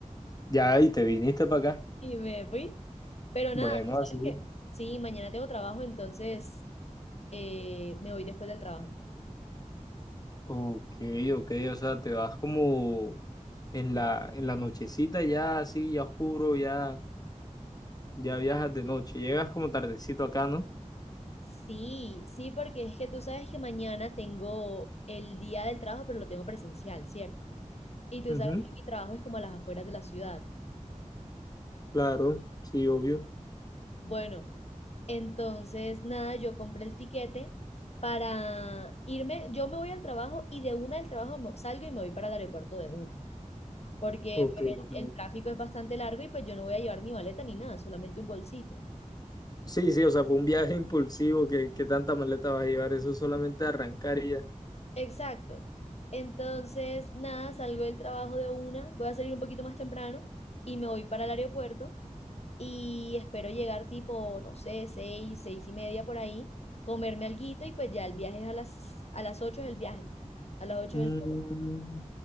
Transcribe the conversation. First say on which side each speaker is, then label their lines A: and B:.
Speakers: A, on the left (about 30°); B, on the left (about 55°).
A: Ya, y te viniste para acá.
B: y me fui. Pero
A: Bueno,
B: nada, tú sabes
A: así.
B: que sí, mañana tengo trabajo, entonces eh, me voy después del trabajo.
A: Ok, ok, o sea, te vas como en la, en la nochecita ya así, ya oscuro, ya, ya viajas de noche. Llegas como tardecito acá, ¿no?
B: Sí, sí, porque es que tú sabes que mañana tengo el día del trabajo, pero lo tengo presencial, ¿cierto? Y tú
A: Ujú,
B: sabes que mi trabajo es como a las afueras de la ciudad.
A: Claro, sí, obvio.
B: Bueno, Entonces, nada, yo compré el tiquete para irme, yo me voy al trabajo y de una del trabajo me- salgo y me voy para el aeropuerto de una, porque
A: Ok,
B: pues,
A: ok.
B: el, el tráfico es bastante largo y pues yo no voy a llevar ni maleta ni nada, solamente un bolsito.
A: Sí, sí, o sea, fue un viaje impulsivo que, que tanta maleta vas a llevar, eso solamente arrancar y ya.
B: Exacto. Entonces, nada, salgo del trabajo de una, voy a salir un poquito más temprano y me voy para el aeropuerto y espero llegar tipo, no sé, seis, seis y media por ahí, comerme alguito y pues ya el viaje es a las, a las ocho es el viaje, a las ocho
A: Mm,
B: del vuelo.